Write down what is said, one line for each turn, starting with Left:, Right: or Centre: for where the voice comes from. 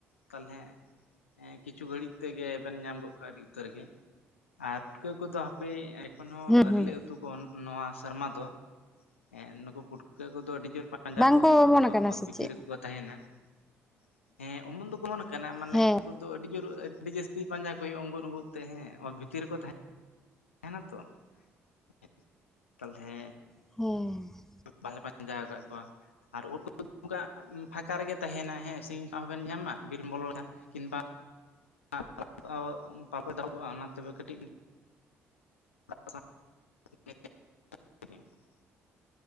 Left: ᱛᱟᱞᱦᱮ ᱮ ᱠᱤᱪᱷᱩ ᱜᱷᱟᱹᱲᱤᱡ ᱛᱮᱜᱮ ᱵᱮᱱ ᱧᱟᱢ ᱜᱚᱫ ᱠᱚᱣᱟ ᱟᱹᱰᱤ ᱩᱛᱟᱹᱨ ᱜᱮ ᱾ ᱟᱨ ᱯᱩᱴᱠᱟᱹ ᱠᱚ ᱫᱚ ᱦᱟᱯᱮ ᱮᱠᱷᱚᱱ ᱦᱚᱸ
Centre: ᱦᱩᱸ
Left: ᱟᱹᱣᱨᱤ
Centre: ᱦᱩᱸ
Left: ᱞᱮ ᱩᱛ ᱛᱩ ᱠᱚᱣᱟ ᱱᱚᱣᱟ ᱥᱮᱨᱢᱟ ᱫᱚ ᱾ <inaudible> ᱮ ᱱᱩᱠᱩ ᱯᱩᱴᱠᱟᱹ ᱠᱚᱫᱚ ᱟᱹᱰᱤ ᱡᱳᱨ ᱯᱟ ᱯᱟᱸᱡᱟ
Centre: ᱵᱟᱝᱠᱚ
Left: ᱠᱚ ᱦᱩᱭᱩᱜ-ᱟ
Centre: ᱚᱢᱚᱱ
Left: ᱛᱚ
Centre: ᱟᱠᱟᱱᱟ
Left: ᱚᱛ
Centre: ᱥᱮ
Left: ᱵᱷᱤᱛᱤᱨ
Centre: ᱪᱮᱫ
Left: ᱨᱮ ᱛᱟᱦᱮᱱᱟ ᱾ ᱮᱸ ᱚᱢᱚᱱ ᱫᱚ ᱠᱚ ᱚᱢᱚᱱ ᱟᱠᱟᱱᱟ ᱢᱟᱱᱮ
Centre: ᱦᱮᱸ
Left: ᱱᱩᱠᱩ ᱫᱚ ᱟᱹᱰᱤ ᱡᱳᱨ ᱟᱹᱰᱤ ᱡᱟᱹᱥ ᱛᱤ ᱯᱟᱸᱡᱟ ᱠᱚ ᱦᱩᱭᱩᱜ-ᱟ ᱚᱜᱩᱜ ᱚᱜᱩᱜ ᱛᱮ ᱦᱮ ᱚᱛ ᱵᱷᱤᱛᱤᱨ ᱨᱮᱠᱚ ᱛᱟᱦ ᱮᱸᱱᱟ ᱛᱚ ᱾ <inaudible> ᱛᱟᱞᱦᱮ
Centre: ᱦᱩᱸ ᱾
Left: ᱵᱟᱞᱮ ᱯᱟᱧᱡᱟ ᱟᱠᱟᱜ ᱠᱚᱣᱟ᱾ ᱟᱨ ᱩᱫ ᱠᱚᱫᱚ ᱚᱱᱠᱟ ᱯᱷᱟᱠᱟ ᱨᱮᱜᱮ ᱛᱟᱦᱮᱱᱟ ᱦᱮᱸ ᱥᱤᱧ ᱦᱚᱸᱵᱮᱱ ᱧᱟᱢᱟ ᱵᱤᱨᱮᱢ ᱵᱚᱞᱚ ᱞᱮᱱᱠᱷᱟᱱ ᱾ ᱠᱤᱢᱵᱟ <inaudible> ᱵᱟᱠᱚ <unintelligible> ᱚᱱᱟ ᱛᱮ ᱜᱮ ᱠᱟᱹᱴᱤᱡ <inaudible>